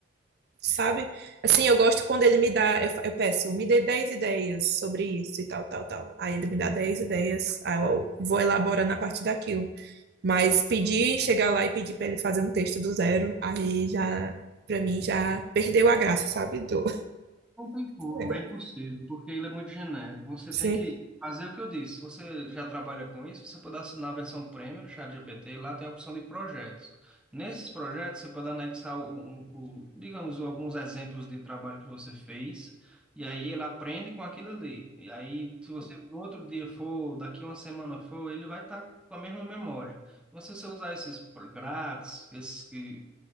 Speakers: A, on the right; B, in the centre.
A: sabe? Assim, eu gosto quando ele me dá, eu, fa- eu peço, me dê 10 ideias sobre isso e tal, tal, tal. Aí ele me dá 10 ideias, aí eu vou elaborando a partir daquilo. Mas pedir, chegar lá e pedir para ele fazer um texto do zero, aí já, para mim, já perdeu a graça, sabe? Do...
B: Não tem como,
A: <laughs>
B: é impossível, porque ele é muito genérico. Você
A: Sim.
B: tem que fazer o que eu disse. Se você já trabalha com isso, você pode assinar a versão premium no ChatGPT, lá tem a opção de projetos. Nesses projetos, você pode anexar o, o, o- digamos, alguns exemplos de trabalho que você fez, e aí ele aprende com aquilo ali. E aí, se você no outro dia for, daqui uma semana for, ele vai estar com a mesma memória. Mas se você usar esses pro- grátis, esses que